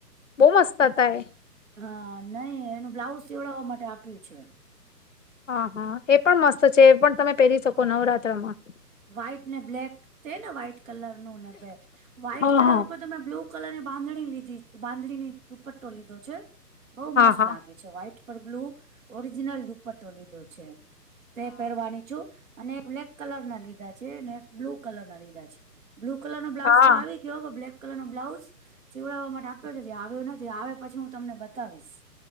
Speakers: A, on the left (about 50°); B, on the right (about 50°).
A: બહુ મસ્ત હતા એ.
B: હા નહી એનું બ્લાઉઝ સીવડાવવા માટે આપ્યું છે.
A: હ હા એ પણ મસ્ત છે એ પણ તમે પહેરી શકો નવરાત્રમાં.
B: વ્હાઈટ ને બ્લેક તેને્હાઈટ કલર નું ને બેક વ્હાઈટ
A: હા
B: કલર
A: હા
B: ઉપર. તમે બ્લુ કલર ની બાંધણી લીધી બાંધણીની દુપટ્ટો લીધો છે બઉુ
A: હા
B: મસ્ત
A: હા
B: લાગે. વહાઇટ પર બ્લુ ઓરિજિનલ દુપટ્ટો લીધો છે તે પહેરવાની, જો અને એક બ્લેક કલર ના લીધા છે અને એક બ્લુ કલર ના લીધા છે. બ્લુ કલર નો બ્લાઉઝ
A: હા
B: તો આવી ગયો બ્લેક કલર નો બ્લાઉઝ. સિવડાવવા માટે આપ્યો છે આવ્યો નથી આવે પછી હું તમને બતાવીશ.